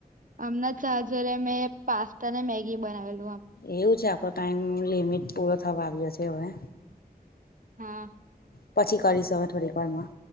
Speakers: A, on the right (about 55°); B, on the left (about 65°).
A: હમણા ચા જોડે મેં પાસ્તા ને, મેગી બનાવેલ.
B: એવું છે, આપડો ટાઈમ લિમિટ પૂરો થવા આવ્યો છે હવે.
A: હા.
B: પછી કરીશ હવે થોડી વાર માં.